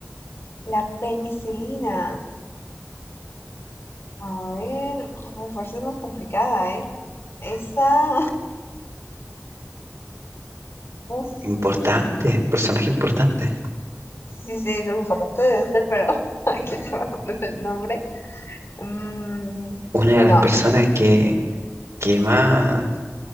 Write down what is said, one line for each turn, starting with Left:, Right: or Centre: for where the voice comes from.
Left: La penicilina. A ver, uf, esa es más complicada, ¿eh? Esa, <laughs> uf,
Right: Importante, personaje importante.
Left: sí, sí, lo importante debe ser, pero <laughs> aquí no me acuerdo el nombre. Mm,
Right: Una de
Left: no,
Right: las personas que, que más...